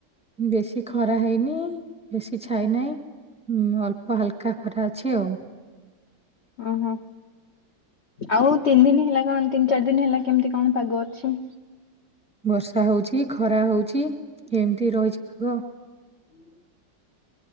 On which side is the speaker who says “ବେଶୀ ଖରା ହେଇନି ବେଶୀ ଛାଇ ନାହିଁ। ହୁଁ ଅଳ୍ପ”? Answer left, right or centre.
Centre